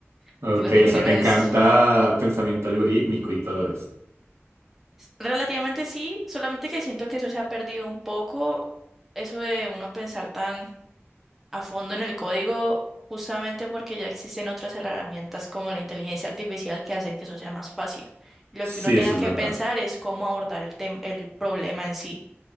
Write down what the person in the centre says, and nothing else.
porque
los ingenieros
es
relativamente sí, solamente que siento que eso se ha perdido un poco, eso de uno pensar tan a fondo en el código, justamente porque ya existen otras herramientas como la inteligencia artificial que hacen que eso sea más fácil. Lo
que uno tenga
que
pensar es cómo abordar el tem- el problema en sí.